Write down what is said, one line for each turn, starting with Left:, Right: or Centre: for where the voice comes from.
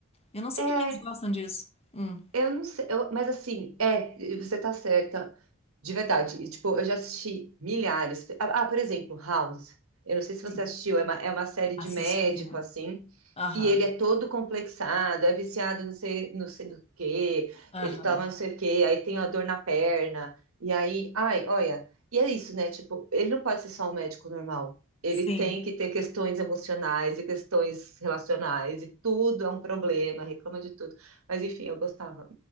Left: Eu não sei
Right: É,
Left: por que que eles gostam disso. Hum,
Right: Eu não sei, eu- mas assim, é, você tá certa, de verdade. E, tipo, eu já assisti milhares. Ah, ah, por exemplo, House. Eu não sei se você
Left: sim.
Right: assistiu, é uma, é uma série
Left: Assistir.
Right: de médico,
Left: é.
Right: assim,
Left: Aham,
Right: e ele é todo complexado, é viciado não sei, não sei do quê,
Left: aham.
Right: ele toma não sei o quê, aí tem a dor na perna, e aí, ai, olha, e é isso, né? Tipo, ele não pode ser só um médico normal. Ele
Left: Sim.
Right: tem que ter questões emocionais e questões relacionais, e tudo é um problema, reclama de tudo. Mas enfim, eu gostava